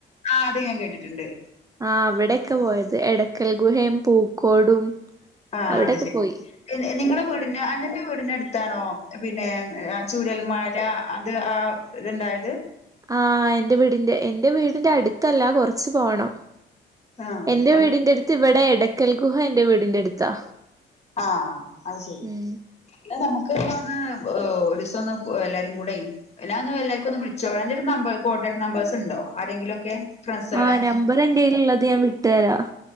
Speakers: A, on the left; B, on the right.
A: ആഹ് അത് ഞാൻ കേട്ടിട്ടുണ്ട്
B: ആഹ് വിടൊക്കെ പോയത് എടക്കൽഗുഹയും പൂക്കോടും
A: ആഹ്
B: അവിടെക്കെ
A: അത് ശരി
B: പോയി
A: നി നിങ്ങടെ വീടിന് അനന്റെ വീടിന അടുത്താണോ പിന്നെ ആഹ് ചൂരൽമാര അത് ആ ത് ണ്ടായത്
B: ആഹ് എന്റെ വീടിന്റ എന്റെ വീടിന്റെ അടുത്തല്ല കൊറച്ച് പോണം
A: ആഹ്
B: എന്റെ
A: അത്
B: വീടിന്റെ അടുത്ത് ഇവിടെ എടയ്ക്കൽ ഗുഹ എന്റെ വീടിന്റെ അടുത്താ.
A: ആഹ് അത് ശരി
B: ഉം
A: ഇ നമുക്ക്ന്ന് ഒരു ദിവസം ഒന്ന് എല്ലാരും കൂടെയ് എല്ലാ ഒന്ന് എല്ലാവർക്കും ഒന്ന് വിളിച്ചോ എന്റെ ഒരു നമ്പർ കോണ്ടാട് നമ്പേഴ്സ് ഉണ്ടോ ആരെങ്കിലുംക്കെ. ഫ്രണ്ട്സാളെ
B: ആഹ് നമ്പർ എന്റെലുള്ളത് ഞാൻ വിട്ടുതരാം